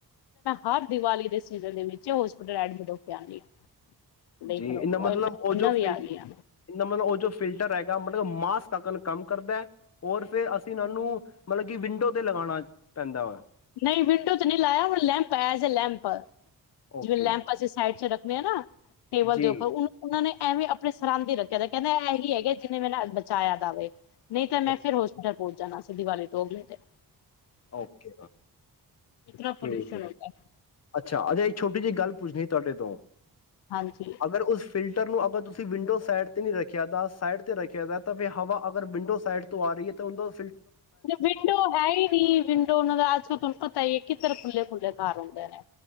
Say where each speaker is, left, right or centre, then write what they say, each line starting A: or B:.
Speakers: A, on the left; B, on the left.
A: ਹਰ ਦੀਵਾਲੀ ਦੇ ਸੀਜ਼ਨ ਦੇ ਵਿੱਚ ਹੋਸਪਿਟਲ ਐਡਮਿਟ ਹੋ ਕੇ ਆਉਂਦੀ। ਹਾਂ। ਦੇਖ
B: ਜੀ
A: ਲਓ
B: ਇਨਦਾ ਮਤਲਬ ਉਹ
A: ਇੰਨਾ
B: ਜੋ ਫ
A: ਵੀ ਆ ਗਈਆਂ
B: ਇਨਦਾ ਮਤਲਬ ਉਹ ਜੋ ਫਿਲਟਰ ਹੈਗਾ ਮਤਲਬ ਮਾਸਕ ਤੱਕ ਕੰਮ ਕਰਦਾ ਹੈ, ਔਰ ਫਿਰ ਅਸੀਂ ਇਹਨਾਂ ਨੂੰ ਮਤਲਬ ਕਿ ਵਿੰਡੋ ਤੇ ਲਗਾਉਣਾ। ਪੈਂਦਾ ਵਾ
A: ਨਹੀਂ ਵਿੰਡੋ ਤੇ ਨਹੀਂ ਲਾਇਆ ਹੁਣ ਲੈਂਪ ਆਯਾ ਜੇ ਲੈਂਪ ਪ
B: ਓਕੇ
A: ਜਿਵੇਂ ਲੈਂਪ ਅਸੀ ਸਾਈਡ ਚ ਰ ਮੈਂ ਨਾ ਟੇਬਲ
B: ਜੀ
A: ਦੇ ਉੱਪਰ ਉਹ ਉਹਨਾਂ ਨੇ ਐਵੇਂ ਆਪਣੇ ਸਰਹਦ ਰੱਖਿਆ ਦਾ ਕਹਿੰਦਾ ਇਹੀ ਹੈਗੇ ਜਿਹਨੇ ਮ ਬਚਾਇਆ ਜਾਵੇ <unintelligible> ਨਹੀਂ ਮੈਂ
B: ਓ
A: ਫਿਰ ਹੋਸਟਲ ਪਹੁੰਚ ਜਾਣਾ <unintelligible> ਸੀਂ ਦੀਵਾਲੀ ਤੋਂ ਅਗਲੇ ਤੇ
B: ਓਕੇ
A: ਇਤਨਾ ਪੋਲਿਊਸ਼ਨ
B: ਠੀਕ ਹੈ
A: ਹੋਤਾ
B: ਅੱਛਾ ਅਜੇ ਛੋਟੀ <unintelligible> ਜੀ ਗੱਲ ਪੁੱਛਣੀ ਤੁਹਾਡੇ ਤੋਂ
A: ਹਾਂਜੀ
B: ਅਗਰ ਉਸ ਫਿਲਟਰ ਨੂੰ ਅਗਰ ਤੁਸੀਂ ਵਿੰਡੋ ਸਾਈਡ ਨਹੀਂ ਰੱਖਿਆ ਤਾਂ ਸਾਈਡ ਤੇ ਰੱਖਿਆ ਦਾ ਤਾਂ ਫਿਰ ਹਵਾ ਅਗਰ ਵਿੰਡੋ ਸਾਈਡ ਤੋਂ ਆ ਰਹੀ ਹੈ ਤਾਂ ਉਹ
A: ਵਿੰਡੋ ਹੈ ਹੀ ਨੀ ਵਿੰਡੋ ਉਹਨਾਂ ਦਾ ਅੱਜ ਕੱਲ ਤੁਹਾਨੂੰ ਪਤਾ ਹੀ ਹੈ ਕਿ ਇਧਰ ਖੁੱਲੇ ਖੁੱਲੇ ਘਰ ਹੁੰਦੇ ਨੇ